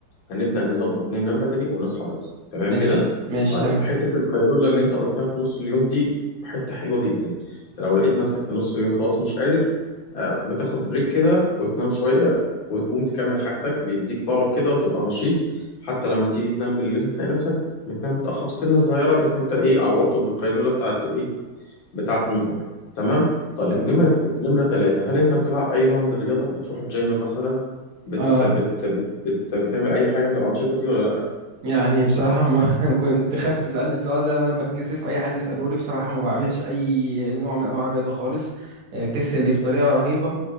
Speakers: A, on the left (about 75°); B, on the right (about 50°).
A: هنبدأ نظبط ننام بدري ونصحى بدري تمام
B: ماشي
A: كده
B: ماشي
A: طيب
B: تمام
A: حتة القيلولة اللي انت قلتها في نص اليوم دي حتة حلوة جدا انت لو لقيت نفسك في نص اليوم خلاص مش قادر آه، بتاخد بريك كده وتنام شوية وتقوم تكمل حاجتك بيديك باور كده وتبقى نشيط حتى لما تيجي تنام بالليل هتلاقي نفسك بتنام متأخر سنة صغيرة بس انت ايه عوضته بالقيلولة بتاعت ايه بتاعة النهار تمام طيب
B: تمام
A: نمرة اتنين- نمرة ثلاثة هل أنت بتلعب أي نوع من الرياضة بتروح الجيم مثلا بت
B: اه
A: بت بت بت بتعمل أي حاجة من الأنشطة دي ولا لأ
B: يعني بصراحة ما <laughs> كنت خايف تسألني السؤال ده أنا بتكسف أي حد يسأله لي بصراحة ما بعملش أي نوع من أنواع الرياضة خالص آه، كسل لي بطريقة رهيبة